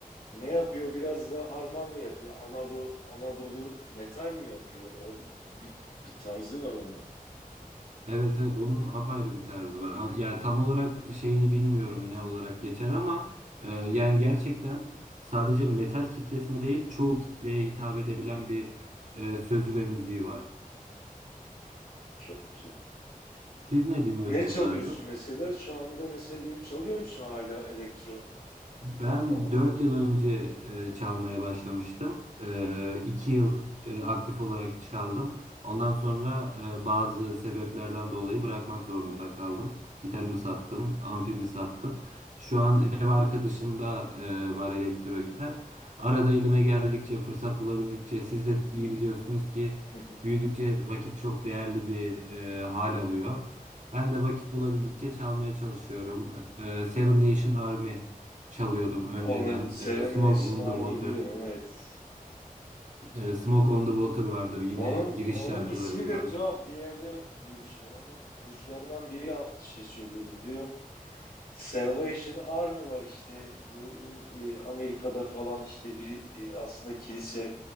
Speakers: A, on the left; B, on the right.
A: Ne yapıyor? Biraz da harman mı yapıyor? Anadolu, Anadolu metal mi yapıyor? O bir, bir tarzı var onun.
B: Evet evet onun apayrı bir tarzı var. An- Ya tam olarak şeyini bilmiyorum ne olarak geçer ama e, yani gerçekten sadece metal kitlesine değil çoğu kitleye hitap edebilen bir e, sözü ve müziği var.
A: Çok güzel.
B: Siz ne dinliyorsunuz
A: Ne çalıyorsun
B: daha çok?
A: mesela? Şu anda mesela diyelim çalıyor musun hala elektro
B: Ben
A: gitar falan?
B: 4 yıl önce e, çalmaya başlamıştım. E, 2 yıl e, aktif olarak çaldım. Ondan sonra e, bazı sebeplerden dolayı bırakmak zorunda kaldım. Gitarımı sattım, amfimi sattım. Şu an
A: Hmm.
B: ev arkadaşım da e, var elektro gitar. Arada elime geldikçe, fırsat bulabildikçe, siz de iyi biliyorsunuz ki
A: <laughs> Hı hı.
B: büyüdükçe vakit çok değerli bir e, hal alıyor. Ben de vakit bulabildikçe çalmaya çalışıyorum. E, Seven Nation Army çalıyordum önceden.
A: Onun Seven
B: Ee, Smoke
A: Nation
B: on
A: Army'yi
B: the Water.
A: biliyorum evet.
B: Ee, Smoke on the Water vardır yine
A: Onun
B: giriş
A: onun
B: şarkılarından.
A: ismi de tuhaf bir yerde duymuşum. Onun kurucularından biri an- şey söylüyordu diyor. Salvation Army var işte. Bu İng- e, Amerika'da falan işte bir e, aslında kilise